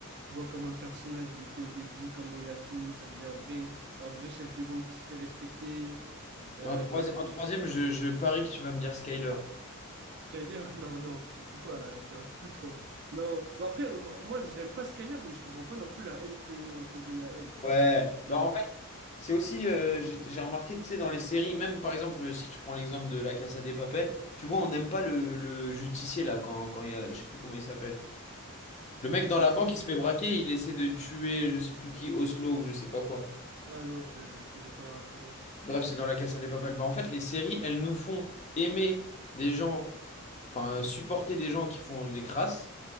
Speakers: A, on the right (about 50°); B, on the left (about 30°).
A: Je vois comment le personnage il était au début, comment il a fini, ça devient un vrai, un vrai chef de gang qui se fait respecter. Euh,
B: Et en troisième,
A: ouais, non.
B: en troisième, je, je parie que tu vas me dire Skyler.
A: Skyler, <laughs> non, non, surtout pas là, t'es un fou toi. Non, Mais après, moi, moi, j'aime pas Skyler, mais je comprends pas non plus la haine qu'on peut donner à elle.
B: Ouais.
A: Mais
B: Bah en fait, c'est aussi, euh, j'ai j'ai remarqué, tu sais, dans les séries, même par exemple, si tu prends l'exemple de La Casa des Papel, tu vois, on n'aime pas le, le justicier là, quand, quand il y a, je sais plus comment il s'appelle.
A: le
B: Le mec dans
A: justicier.
B: la banque, il se fait braquer, il essaie de tuer je sais plus qui, Oslo ou je sais pas quoi.
A: Ah non, je, je, j'ai pas la référence.
B: Bref, c'est dans la Casa des Papel. Bah, en fait, les séries, elles nous font aimer des gens, enfin, euh, supporter des gens qui font des crasses,